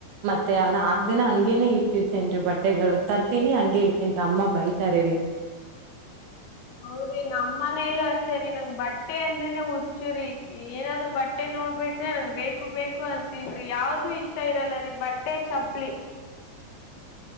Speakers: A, on the right (about 75°); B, on the left (about 75°).
A: ಮತ್ತೆ ಹಾ ನಾಕು ದಿನ ಹಂಗೇನೆ ಇಟ್ಟಿರ್ತೇನ್ರಿ ಬಟ್ಟೆಗಳು ತರ್ತೀನಿ ಹಂಗೆ ಇಡ್ತೇನ್ರಿ ಅಮ್ಮ ಬೈತಾರೆರಿ
B: ಹೌದ್ರಿ ನಮ್ ಮನೇಲ್ಲೂ ಅಷ್ಟೇ ರೀ ನಂಗ್ ಬಟ್ಟೆ ಅಂದ್ರೇನೆ ಹುಚ್ಚುರಿ ಏನಾದ್ರು ಬಟ್ಟೆ ನೋಡ್ಬಿಟ್ರೆ ನನ್ ಬೇಕು ಬೇಕು ಅಂತನ್ರಿ ಯಾವ್ದೂ ಇಷ್ಟ ಇರಲ್ಲ ರೀ ಬಟ್ಟ್ ಟ್ಟೆ ಚಪ್ಲಿ